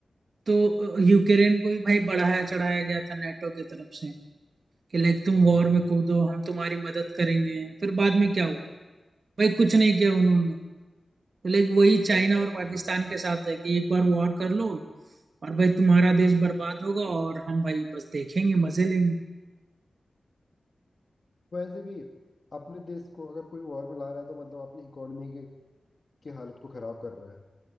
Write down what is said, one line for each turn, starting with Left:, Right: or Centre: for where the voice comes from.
Right: तो अ, यूक्रेन को भी भाई बढ़ाया चढ़ाया गया था नाटो की तरफ से कि लाइक तुम
Left: हाँ।
Right: वॉर में कूदो हम तुम्हारी मदद करेंगे फिर बाद में क्या हुआ भाई कुछ नहीं किया उन्होंने तो लाइक वही चाइना
Left: सही बात
Right: और पाकिस्तान
Left: है
Right: के साथ है कि एक बार वॉर कर लो और भाई तुम्हारा देश बर्बाद होगा और हम भाई बस देखेंगे मजे लेंगे
Left: वैसे भी अपने देश को अगर कोई वॉर में ला रहा है तो मतलब अपनी इकोनॉमी के की हालत को खराब कर रहा है